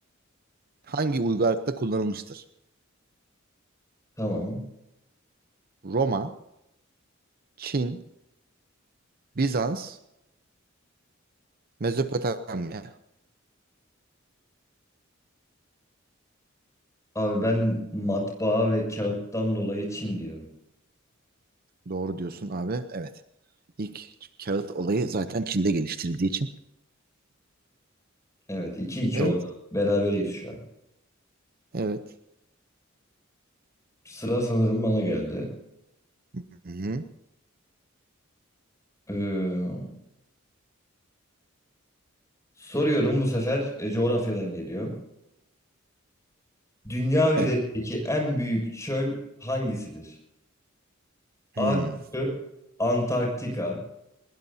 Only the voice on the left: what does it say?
Tamam.
Abi ben matbaa ve kağıttan dolayı Çin diyorum.
Evet iki iki
oldu. Berabereyiz şu an.
Sıra sanırım bana geldi.
Ee, Soruyorum bu sefer e, coğrafyadan geliyor. Dünya üzerindeki
en büyük çöl hangisidir? A
şıkkı Antarktika.